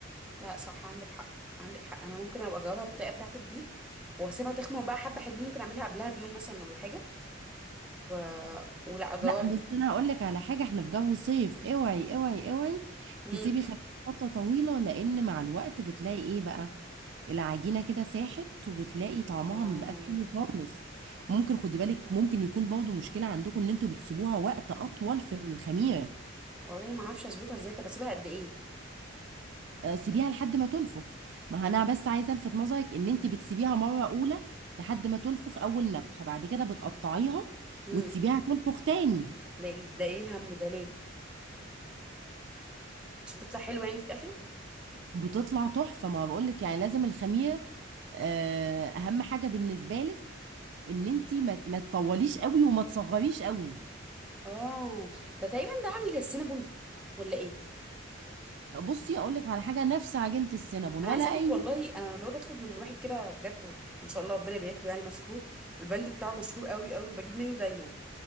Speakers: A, in the centre; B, on the right.
A: لا صح عندك حق عندك حق انا ممكن ابقى اجاوبها بالطريقه بتاعتك دي واسيبها تخمر بقى حبه حلوين ممكن اعملها قبلها بيوم مثلا ولا حاجه و... ولا اجاوبها
B: لا بس انا هقول لك على حاجه احنا في جو صيف اوعي اوعي اوعي
A: امم
B: تسيبي خدها فتره طويله لان مع الوقت بتلاقي ايه بقى العجينه كده ساحت وبتلاقي طعمها
A: اه
B: ما بقاش حلو خالص وممكن خدي بالك ممكن يكون برضه مشكله عندكم ان انتوا بتسيبوها وقت اطول في الخميره
A: والله ما اعرفش اظبطها ازاي طب اسيبها قد ايه
B: آه، سيبيها لحد ما تنفخ ما انا بس عايزه الفت نظرك ان انت بتسيبيها مره اولى لحد ما تنفخ اول نفخه بعد كده بتقطعيها
A: امم
B: وتسيبيها تنفخ تاني
A: ده ده ايه الهم ده ليه عشان تطلع حلوه يعني في الاخر
B: بتطلع تحفه ما بقولك يعني لازم الخميره آه، اهم حاجه بالنسبه لك ان انت ما ما تطوليش قوي وما تصغريش قوي
A: اه ده تقريبا ده عامل زي السينابون ولا ايه
B: بصي اقول لك على حاجه نفس عجينه السينابون
A: انا
B: ولا
A: عايزه اقول
B: اي
A: لك والله انا لما باجي اطلب من واحد كده بجد ما شاء الله ربنا يبارك له يعني مشهور البند بتاعه مشهور قوي قوي وبجيب منه دايما